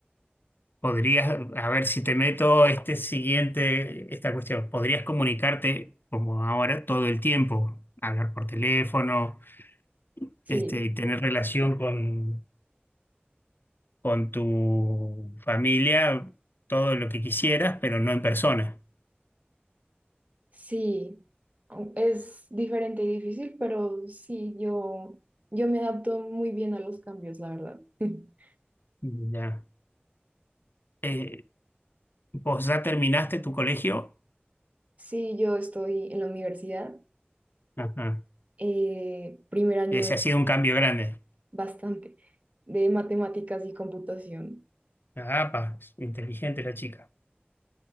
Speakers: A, on the left; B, on the right.
A: podrías, a ver si te meto este siguiente, esta cuestión, podrías comunicarte como ahora todo el tiempo, hablar por teléfono
B: Sí.
A: este, y tener relación con, con tu familia, todo lo que quisieras, pero no en persona.
B: Sí, es diferente y difícil, pero sí, yo, yo me adapto muy bien a los cambios, la verdad. <laughs>
A: Ya. Eh, ¿vos ya terminaste tu colegio?
B: Sí, yo estoy en la universidad,
A: Ajá.
B: eh, primer año
A: Ese
B: de-
A: ha sido un cambio grande.
B: bastante de matemáticas y computación.
A: Ah, pa, es inteligente la chica.